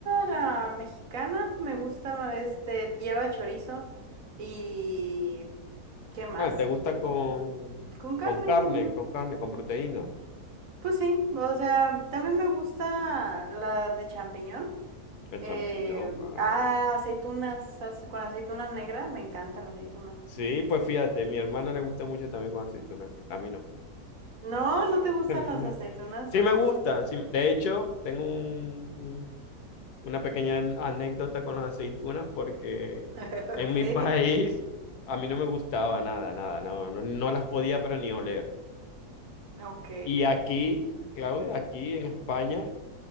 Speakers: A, on the right; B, on the left.
A: la mexicana, me gusta, este, lleva chorizo y ¿qué más?
B: Ah, ¿te gusta con,
A: Con carne.
B: con carne,
A: ujú.
B: con carne, con proteína?
A: Pues sí, o sea, también me gusta la de champiñón.
B: El champiñón,
A: Eh,
B: vale.
A: ah, aceitunas, ace- con aceituna negra, me encanta la aceituna.
B: Sí, pues fíjate, mi hermana le gusta mucho también con aceitunas negras. A mí no.
A: No, no te gustan
B: <laughs>
A: las aceitunas.
B: Sí
A: Mm,
B: me gustan. sí- de hecho, tengo un- un- una pequeña anécdota con las aceitunas porque
A: <laughs>
B: en
A: ok,
B: mi <laughs> país a mí no me gustaba nada, nada. No, no, no las podía, pero ni oler.
A: ok.
B: Y aquí, Claudia, aquí en España,